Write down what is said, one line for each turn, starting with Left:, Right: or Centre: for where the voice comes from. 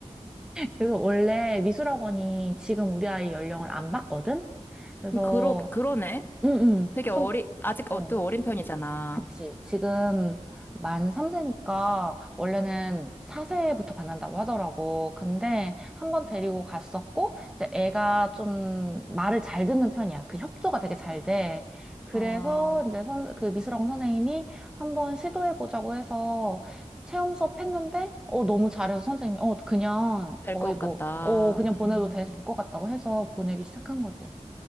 Centre: 그래서 원래 미술학원이 지금 우리 아이 연령을 안 받거든? 그래서,
Left: 그러, 그러네.
Centre: 응, 응.
Left: 되게 어리,
Centre: 좀,
Left: 아직
Centre: 어,
Left: 어, 또 어린 편이잖아.
Centre: 그치. 지금 만 3세니까 원래는 4세부터 받는다고 하더라고. 근데 한번 데리고 갔었고, 이제 애가 좀 말을 잘 듣는 편이야. 그 협조가 되게 잘 돼. 그래서
Left: 아,
Centre: 이제 선, 그 미술학원 선생님이 한번 시도해보자고 해서 체험 수업 했는데, 어, 너무 잘해서 선생님이, 어, 그냥
Left: 될
Centre: 거의
Left: 것
Centre: 뭐,
Left: 같다.
Centre: 어, 그냥
Left: 음,
Centre: 보내도 될 것 같다고 해서 보내기 시작한 거지.